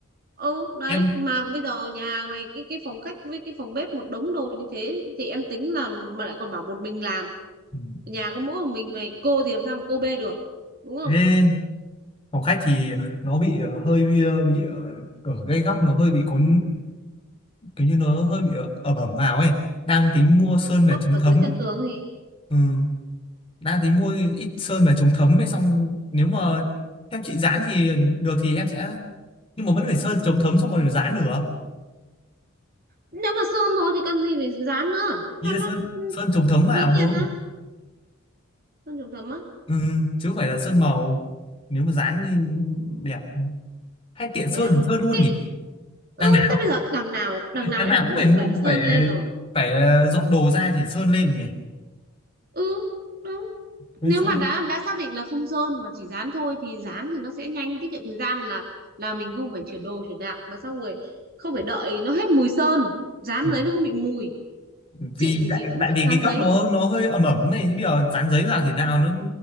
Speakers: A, on the right (about 45°); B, on the left (about 25°).
A: ừ đấy
B: em
A: mà bây giờ nhà mày cái cái phòng khách với cái phòng bếp một đống đồ như thế thì em tính là mà lại còn bảo một mình làm
B: Ừ.
A: nhà có mỗi một mình mày cô thì làm sao mà cô bê được đúng không
B: ghê phòng khách thì nó bị ờ, hơi bị, ờ, bị ờ, ở cái góc nó hơi bị có kiểu như nó hơi bị ờ, ẩm ẩm vào ấy đang tính mua sơn để
A: móc
B: chống
A: ở
B: thấm
A: dưới chân tường gì
B: ừ. đang tính mua ít sơn về chống thấm ấy xong nếu mà theo chị dán thì được thì em sẽ nhưng mà vẫn phải sơn chống thấm xong rồi dán được
A: nếu mà sơn rồi thì cần gì phải dán nữa
B: ý
A: cho
B: là
A: nó
B: sơn
A: ừ,
B: sơn chống thấm vào
A: ví tiền
B: thôi
A: á sơn trùng thấm á
B: ừ. chứ không phải là sơn màu nếu mà dán thì đẹp hay tiện
A: thế
B: sơn
A: à
B: thì sơn luôn
A: Cái-
B: nhỉ
A: ừ
B: đằng nào
A: thế bây giờ đằng nào đằng nào
B: đằng
A: em
B: nào
A: cũng
B: cũng phải
A: phải
B: mua
A: vẩy sơn
B: phải
A: lên rồi
B: phải ờ, dọn đồ ra thì sơn lên nhỉ
A: ừ đúng
B: nói
A: nếu
B: chung
A: mà đã đã xác định là không sơn mà chỉ dán thôi thì dán thì nó sẽ nhanh tiết kiệm thời gian là là mình không phải chuyển đồ chuyển đạc mà xong rồi không phải đợi nó hết mùi sơn dán
B: ừ,
A: giấy nó không bị mùi
B: vì
A: chị thì
B: tại
A: chị vẫn
B: tại
A: thích
B: vì
A: dán
B: cái góc
A: giấy
B: nó nó hơi ẩm ẩm này bây giờ dán giấy vào thế nào nó